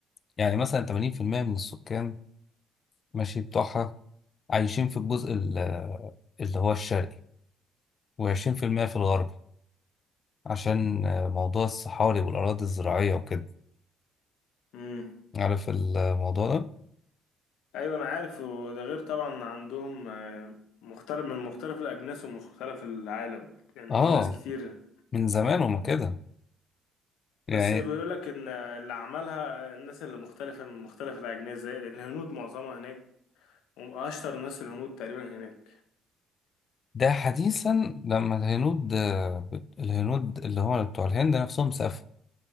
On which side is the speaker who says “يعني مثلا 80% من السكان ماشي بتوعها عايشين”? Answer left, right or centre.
Left